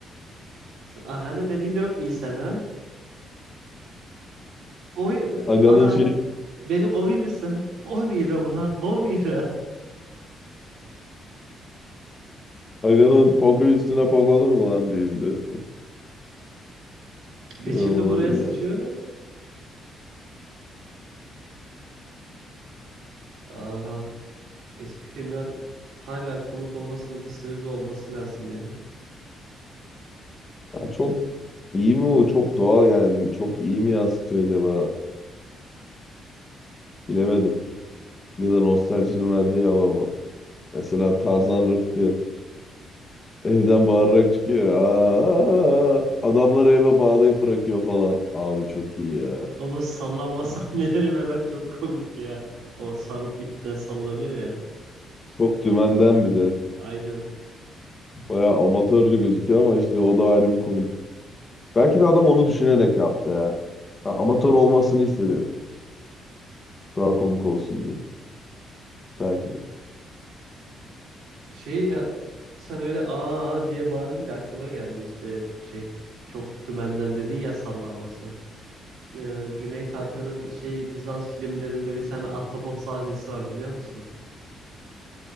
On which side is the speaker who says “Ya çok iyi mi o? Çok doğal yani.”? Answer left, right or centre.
Left